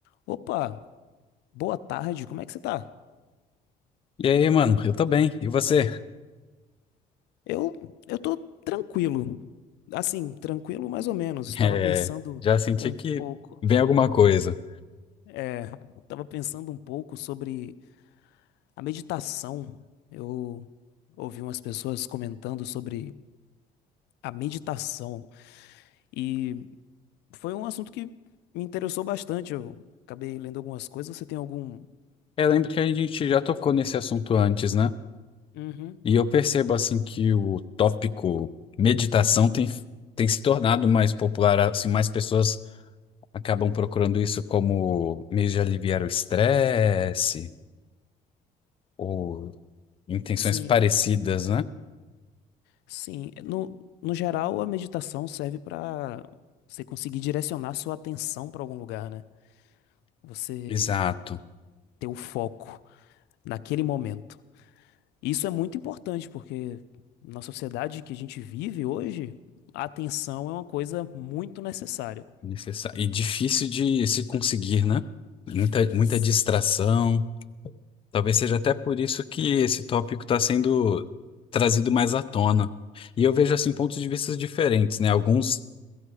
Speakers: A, on the left (about 85°); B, on the left (about 30°).
A: Opa, boa tarde, como é que você tá?
B: E aí, mano, eu tô bem. E você? <laughs>
A: Eu, eu tô tranquilo. Assim, tranquilo mais ou menos. Estava
B: É,
A: pensando
B: já senti
A: um
B: que
A: pouco.
B: vem alguma coisa.
A: É, estava pensando um pouco sobre a meditação. Eu ouvi umas pessoas comentando sobre a meditação e foi um assunto que me interessou bastante. Eu acabei lendo algumas coisas. Você tem algum?
B: É, Eu lembro que a gente já tocou nesse assunto antes, né?
A: Uhum.
B: E eu percebo, assim, que o tópico meditação tem, tem se tornado mais popular, assim, mais pessoas acabam procurando isso como meio de aliviar o estresse ou intenções
A: Sim.
B: parecidas, né?
A: Sim, no, no geral, a meditação serve para você conseguir direcionar sua atenção para algum lugar, né? Você
B: Exato.
A: ter o foco naquele momento. Isso é muito importante porque na sociedade que a gente vive hoje, a atenção é uma coisa muito necessária.
B: Necessa- E difícil de se conseguir, né?
A: Difícil.
B: Muita, muita distração. Talvez seja até por isso que esse tópico está sendo trazido mais à tona. E eu vejo assim pontos de vista diferentes, né? Alguns